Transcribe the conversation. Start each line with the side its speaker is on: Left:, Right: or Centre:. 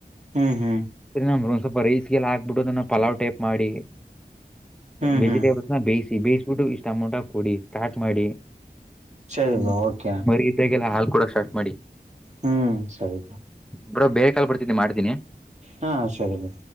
Right: ಹ್ಮ್ ಹ್ಮ್ ಹ್ಮ್
Centre: ನ ಒಂದ ಸ್ವಲ್ಪ ರೈಸ್ಗೆ ಎಲ್ಲಾ ಹಾಕ್ಬಿಟ್ಟು ಅದನ್ನ ಪಲಾವ್ ಟೈಪ್ ಮಾಡಿ
Right: ಹ್ಮ್
Centre: ವೆಜಿಟೇಬಲ್.
Right: ಹ್ಮ್ ಹ್ಮ್
Centre: ಬೇಯಿಸಿ ಬೇಯಿಸ್ಬಿಟ್ಟು ಇಷ್ಟ ಟಮೋಟ ಕೊಡಿ ಸ್ಟಾರ್ಟ್ ಮಾಡಿ
Right: ಸರಿ
Centre: ಹ್ಮ
Right: ಬಾ ಓಕೆ
Centre: ಮ. ಬೇಗೆಲ್ಲ ಹಾಲ್ ಕೊಡಕ್ ಸ್ಟ್ ಮಾಡಿ.
Right: ಹ್ಮ್ ಸರಿ
Centre: ಬ್ರೊ ಬೇಕ್ <unintelligible> ಮಾಡ್ತೀನಿ.
Right: ಹಾ ಸರಿ ಬ್ರೊ.